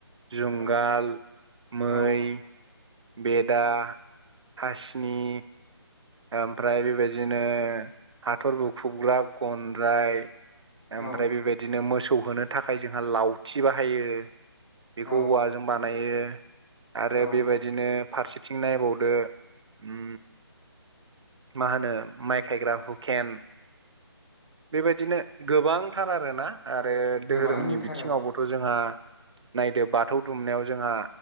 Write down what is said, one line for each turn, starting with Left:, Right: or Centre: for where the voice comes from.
Right: जुंगाल,
Left: औ
Right: मै,
Left: औ
Right: बेदा हासिनि ओमफ्राय बेबायदिनो हाथर बुखुबग्रा गनद्राय ओमफ्राय
Left: औ
Right: बेबायदिनो मोसौ होनो थाखाय जोंहा लावथि बाहायो बेखौ
Left: औ
Right: औवाजों बानायो आरो
Left: औ
Right: बेबायदिनो फारसेथिं नायबावदो उम मा होनो माइ खायग्रा हुखेन बेबायदिनो गोबांथार आरोना आरो
Left: गोबांथार
Right: धोरोमनि बिथिङावबोथ'
Left: औ
Right: जोंहा नायदो बाथौ दुमनायाव जोंहा